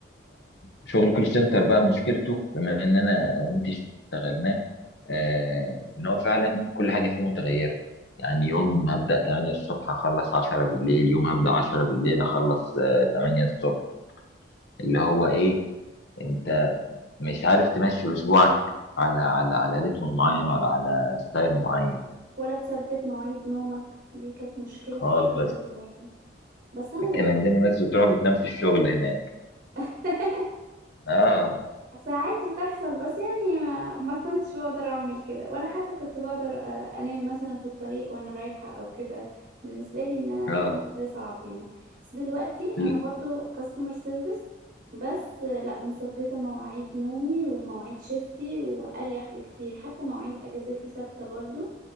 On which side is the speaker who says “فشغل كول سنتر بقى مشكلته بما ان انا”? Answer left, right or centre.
Left